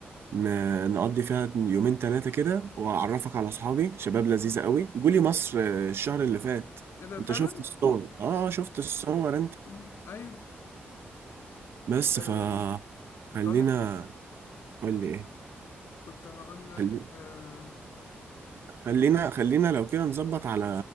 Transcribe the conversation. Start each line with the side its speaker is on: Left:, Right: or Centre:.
Right: ن- نقضي فيها يومين ثلاثة كده وأعرفك على أصحابي شباب
Left: تمام
Right: لذيذة قوي جولي مصر آه، الشهر اللي فات
Left: ايه ده
Right: أنت
Left: فعلا
Right: شفت الصور آه شفت الصور أنت
Left: مم. ايوه
Right: بس
Left: آه.
Right: ف خلينا
Left: كنت هقول لك ايه
Right: قول لي إيه
Left: كنت هقول
Right: خلي...
Left: لك آه.
Right: خلينا خلينا لو كده نظبط على